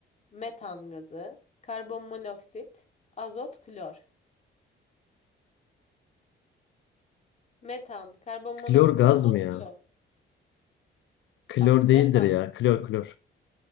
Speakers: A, on the left; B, on the left.
A: Metan gazı, karbon monoksit, azot, klor. Metan, karbon
B: Klor
A: monoksit,
B: gaz
A: azot,
B: mı ya?
A: klor.
B: Klor
A: Bak metan.
B: değildir ya. Klor, klor.